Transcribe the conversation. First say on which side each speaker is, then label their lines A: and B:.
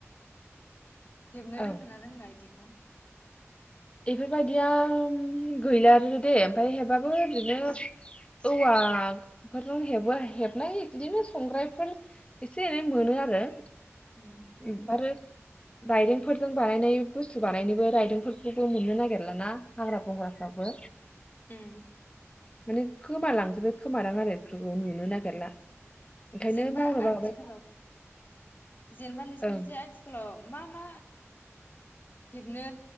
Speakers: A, on the left (about 40°); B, on the left (about 20°).
A: हेबनो रोंगोना
B: ओं
A: रोंला इदिखो खौ
B: इफोरबायदिया उम गैलानोदे ओमफाय हेब्बाबो बिदिनो औवाफोरजों हेबो हेबनाय बिदिनो संग्रायफोर एसे एनै मोनो आरो
A: उम
B: रायदोंफोरजों बानायनाय बुस्थु बानायनोबो रायदोंफोर जेबो मोननो नागिरलााना हाग्रा बंग्राफ्राबो
A: उम
B: माने गोमालांजोबबाय खोमादां आरो बेफोरखौ नुनो नागिरला
A: उम
B: ओंखायनो
A: जेनेबा
B: मावनो
A: आथिखालाव
B: बाबाय
A: जेनेबा नोंसिथिंजा
B: ओं
A: आथिखालाव मा मा हेबनो